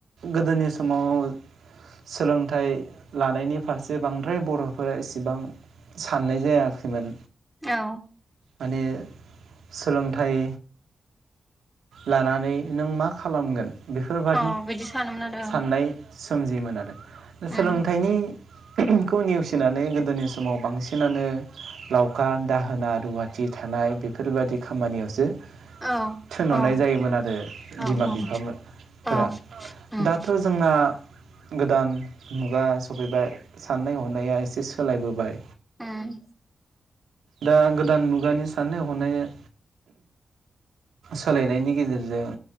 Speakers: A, on the right; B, in the centre.
A: गोदोनि समाव सोलोंथाइ लानायनि फारसे बांद्राय बर फोर एसेबां साननाय जायाखैमोन।
B: औ
A: माने सोलोंथाइ लानानै नों मा खालामगोन? बेफोरबादि
B: औ बिदि सानोमोन आरो
A: साननाय
B: औ।
A: सोमजियोमोन आरो सोलोंथाइनि
B: उम
A: खौ नेवसि नानै गोदोनि समाव बांसिनानो लावखार दाहोना रुवाथि थानाय बेफोरबायदि खामानियावसो
B: औ
A: थिनहरनाय
B: औ
A: जायोमोन आरो
B: औ
A: बिमा
B: औ
A: बिफा मो
B: औ
A: फोरा
B: उम
A: दाथ जोंना गोदान मुगा सफैबाय साननाय हनाया एस एसे सोलायबोबाय
B: उम
A: दा गोदान मुगानि साननाय हनाय सोलायनायनि गेजेरजों